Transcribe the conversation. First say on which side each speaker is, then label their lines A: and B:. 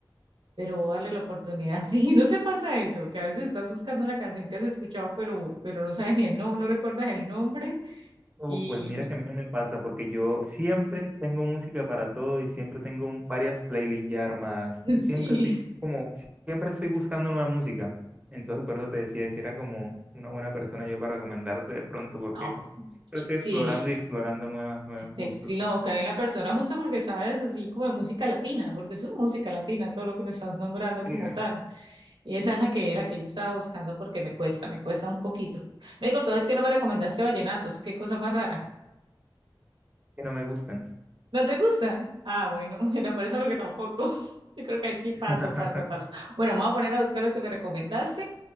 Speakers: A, on the right; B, on the right.
A: pero darle la oportunidad. <laughs> Sí, ¿no te pasa eso? Que a veces estás buscando una canción que has escuchado, pero, pero no sabes ni el nombre, no recuerdas el nombre
B: Uf,
A: y
B: pues mira que a mí no me pasa porque yo siempre tengo música para todo y siempre tengo un- varias playlists ya armadas
A: <laughs>
B: y
A: sí,
B: siempre estoy como, siempre estoy buscando nueva música. Entonces por eso te decía que era como una buena persona yo para recomendarte de pronto porque
A: no,
B: siempre
A: ch-
B: estoy explorando
A: sí,
B: y explorando nuevas, nuevos
A: sí,
B: gustos.
A: sí, no, cae en la persona justo porque sabes así como de música latina, porque es una música latina, todo lo que me estás nombrando
B: Sí,
A: como
B: la
A: tal. Y esa es la que era que yo estaba buscando porque me cuesta, me cuesta un poquito. Lo único que es que no me recomendaste vallenatos, qué cosa más rara.
B: que no me gustan.
A: ¿No te gustan? Ah, bueno, <laughs> no por eso porque tampoco. <laughs> Yo creo que ahí sí paso,
B: <laughs>
A: paso, paso. Bueno, me voy a poner a buscar lo que me recomendaste